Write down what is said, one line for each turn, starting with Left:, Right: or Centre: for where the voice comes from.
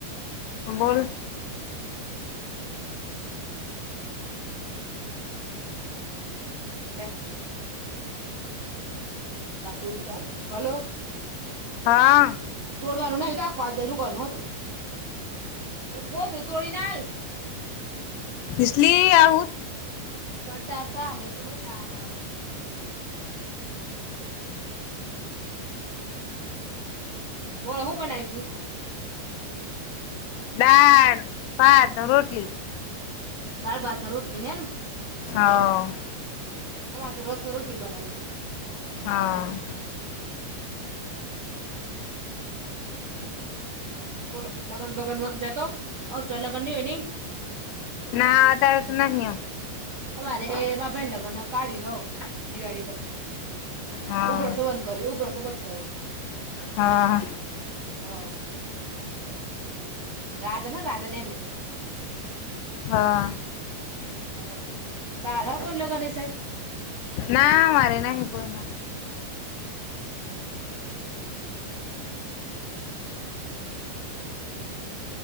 Left: બોલ.
Right: બ <unintelligible> પાતોડકાાલ <unintelligible> હલો.
Left: હા.
Right: રું નું આખુંેલુંનું હતું <unintelligible> કોતું તોડી નાલ.
Left: લીસલી આ હું
Right: પણ તાતા ને ખૂબ જ આ જાઓ. બોલો હું બનાય તું.
Left: દાળ, ભાત, રોટલી.
Right: દાળ, ભાત ને રોટલી હેન.
Left: હવ
Right: અમાર તો રસ ને રોટલી બનાવી.
Left: હા
Right: બોલો લગન બગનમાં જતો. આવ ચો લગ્ન નહી હોય નઈ
Left: નાદ તો નહી યા.
Right: અમારે એમાં બેન લગ્ન કાઢ્યું હવ દિવાળી પછી.
Left: હા
Right: ઉપર સબધ કરે ઉપર સબધ કરે.
Left: હા
Right: હા. રાજનો રાજનેનું.
Left: હા.
Right: હા તારા કઈ લગન લેશે?
Left: ના મારે નાહિ કોઈ ના.
Right: હમ્મ.